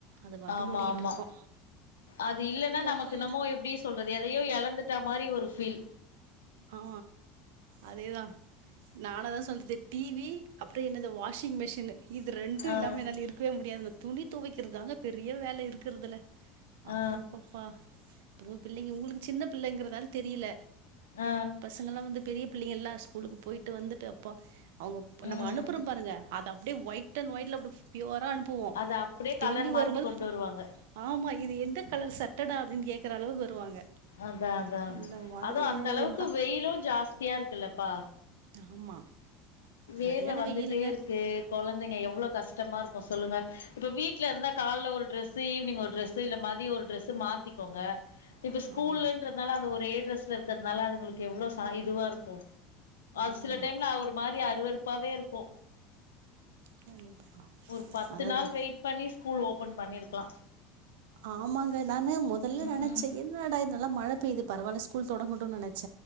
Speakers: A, on the right (about 70°); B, on the left (about 85°).
A: அது பாட்டுக்கு
B: ஆமா
A: ஓடிக்கிட்டு
B: ஆமா
A: இருக்கு
B: அது இல்லன்னா
A: அதுக்கப்புறோ
B: நமக்கு என்னமோ எப்டி சொல்றது எதையோ எழந்துட்டா மாரி ஒரு ஃபீல்
A: ஆ அதேதா நானாதா சொல்றது டிவி அப்றோ என்னது வாஷிங் மிஷுனு இது ரெண்டு
B: ஆ
A: இல்லாம என்னால இருக்கவே முடியாதுங்க துணி துவைக்கறதாங்க பெரிய வேல இருக்கறதுல
B: ஆ
A: அப்பப்பப்பா அதுவு பிள்ளைங்க உங்களுக் சின்ன பிள்ளைங்கறதால தெரில
B: ஆ
A: பசங்கலா வந்து பெரிய பிள்ளைங்கள்லா ஸ்கூலுக்கு போய்ட்டு வந்துட்டு அப்பா அவங்க
B: ம்
A: நம்ம அனுப்புறோ பாருங்க அது அப்டியே ஒயிட் அண்ட் ஒயிட்ல அப்டி பியூரா அனுப்புவோ
B: அது அப்டியே
A: திரும்பி
B: கலர் மாத்தி
A: வரும்போது
B: கொண்டு வருவாங்க
A: ஆமா இது எந்த கலர் சட்டடா அப்டின்னு கேட்குற அளவுக்கு வருவாங்க
B: அதா அதா
A: அந்த மாதிரி
B: அதுவு அந்த
A: வேலைகள்
B: அளவுக்கு
A: தான்.
B: வெயிலு ஜாஸ்தியா இருக்குலப்பா
A: ஆமா
B: வேர்வ
A: சரியான
B: வந்துட்டேருக்கு
A: வெயிலுங்க
B: கொழந்தைங்க எவ்ளோ கஷ்டமா இருக்கு சொல்லுங்க இப்ப வீட்ல இருந்த கால்ல ஒரு ட்ரெஸ்சு ஈவினிங் ஒரு ட்ரெஸ் ஸு இந்த மாரி ஒரு ட்ரெஸ் மாத்திக்கோங்க இப்ப இந்த ஸ்கூல்ன்ற
A: ஆமா
B: றனால அது ஒரே ட்ரெஸ்லருக்கறதுனால அதுகளுக்கு எவ்ளோ ச இதுவாருக்கு அது
A: ஆமா
B: சில டைம்ல அவர் மாரி அறுவெறுப்பாவே இருக்கு
A: கண்டிப்பா
B: ஒரு பத்து
A: அதுதா
B: நாள் வெய் ட் பண்ணி ஸ்கூல் ஓபன் பண்ணிருக்கலா
A: ஆமாங்க நானு மொதல்ல
B: ம்
A: நனச்ச
B: ம்
A: எ என்னடா இது நல்ல மழ பெய்து பரவால ஸ்கூல் தொடங்கட்டனு நெனச்ச